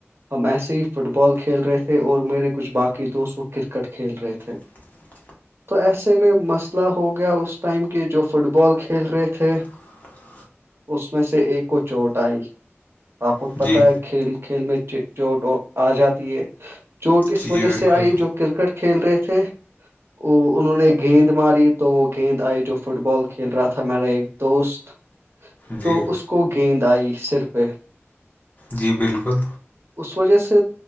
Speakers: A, on the right; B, on the left.
A: ہم ایسے ہی فٹ بال کھیل رہے تھے اور میرے کچھ باقی دوست وہ کرکٹ کھیل رہے تھے
B: گب
A: تو ایسے میں مسئلہ ہو گیا اس ٹائم کے جو فٹ بال کھیل رہے تھے
B: <unintelligible>
A: اس میں سے ایک کو چوٹ آئی آپ کو
B: جی
A: پت ہے کھیل کھیل میں چوٹ آ جاتی ہے چوٹ اس
B: جی
A: وجہ
B: جی بالکل
A: سے آئی جو کرکٹ کھیل رہے تھے وہ انہوں نے گیند ماری تو وہ گیند آئی جو فٹ بال کھیل رہا تھا میرا ایک دوست
B: جی
A: تو اس کو گیند آئی سر پہ
B: جی بالکل
A: اس وجہ سے